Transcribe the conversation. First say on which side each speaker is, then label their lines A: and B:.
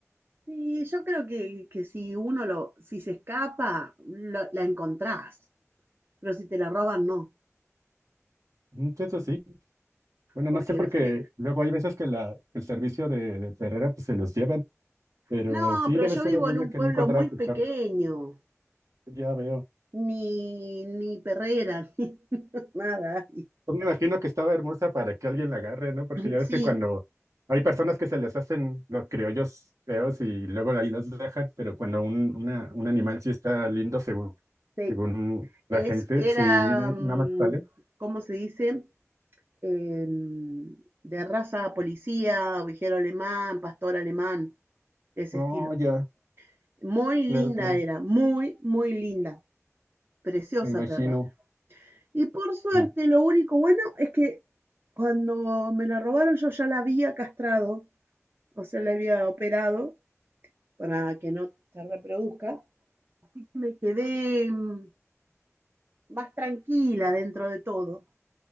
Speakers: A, on the right; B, on the right.
A: sí, yo creo que, que si uno lo, si se escapa, lo- la encontrás, pero si te la roban, no.
B: Mm, pues, Eso sí. Bueno,
A: Porque,
B: no sé porque
A: viste,
B: luego hay veces que la, el servicio de, de perrera pues se los llevan, pero
A: no,
B: sí
A: pero
B: debe
A: yo
B: ser
A: vivo
B: horrible
A: en un
B: que
A: pueblo
B: no encontraran
A: muy
B: tu
A: pequeño,
B: perro. Ya veo.
A: ni, ni perrera, <laughs> ni nada.
B: Pues me imagino que estaba hermosa para que alguien la agarre, ¿no? Porque ya
A: Sí,
B: ves que cuando hay personas que se les hacen los criollos feos y luego ahí los dejan, pero cuando un, una- un animal sí está lindo según,
A: sí,
B: según
A: es,
B: la gente,
A: era,
B: sí,
A: mm,
B: nada más sale.
A: ¿cómo se dice? Em, de raza policía, ovejero alemán, pastor alemán, de ese
B: Oh,
A: estilo.
B: ya,
A: Muy linda
B: claro, claro,
A: era, muy, muy linda, preciosa
B: me imagino.
A: perra. Y por suerte,
B: Mm,
A: lo único bueno es que cuando me la robaron yo ya la había castrado, o sea, la había operado para que no se reproduzca. Así que me quedé mm, más tranquila dentro de todo.